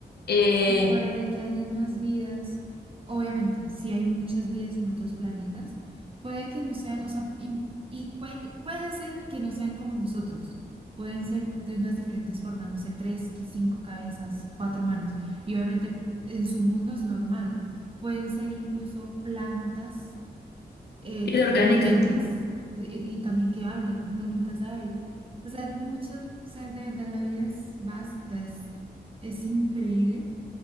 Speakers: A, on the left; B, on the right.
A: Eh,
B: Y por ahí que hayan más vidas, obviamente, si hay muchas vidas en otros planetas, puede que no sean, o sea, y, y puede, puede ser que no sean como nosotros, pueden ser de unas diferentes formas, no sé, tres, qui- cinco cabezas, cuatro manos, y obviamente en su mundo es normal, pueden ser incluso plantas eh,
A: Vida orgánica.
B: vivientes y, y también que hablen, uno nunca sabe. O sea, mucho, o sea, de verdad, la vida es vasta, es, es increíble.